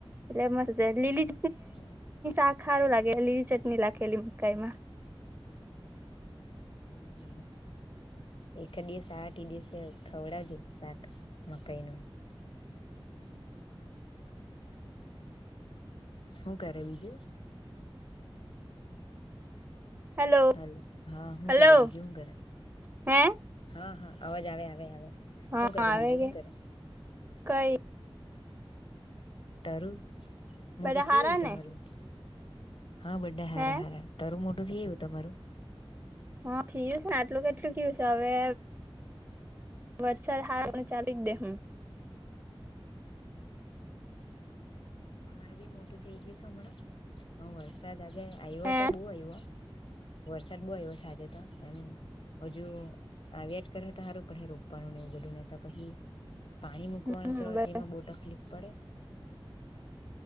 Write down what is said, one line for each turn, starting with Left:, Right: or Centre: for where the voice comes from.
Right: દેવાની એટલે લીલી
Left: હ
Right: ા ખારું લાગે લીલી ચટણી લાખેલી મકાઈ માં
Left: હમ જ એકાદ દિવસ આવા તે દિવસે ખવડાવજે શાક મકાઈ નું હું કરે બીજું
Right: હલો
Left: હ હા શું
Right: હલો
Left: કરે બીજું શું કરે
Right: હે
Left: હા હા અવાજ આવે આવે આવે
Right: હા
Left: હું કરે
Right: આવે
Left: બીજું
Right: કે
Left: હું કરે
Right: કઈ
Left: તારું મોટું
Right: બધા
Left: થ
Right: હારા
Left: એવું
Right: ને
Left: તમારું હા બધ્ધા હારા
Right: હે
Left: હારા તારું મોટું થયું તમારું
Right: હા થયું છે ને આટલું કેટલું કયું છે હવે વરસાદ હારનું ચાલુ જ દે હું
Left: એજ અમાર બી મોટું થઈ ગયું છે હમણાં વરસાદ આવ્યો
Right: હે
Left: તો બો આવ્યો વરસાદ બો આવ્યો છે આજે તો એમ હજુ આવ્યા જ કરે તો સારું પણ રોપવાનું નને એ બધું નેતા પછી પાણી મૂકવાનું
Right: હમ
Left: તોય
Right: બસ
Left: તેમાં બહુ તકલીફ પડે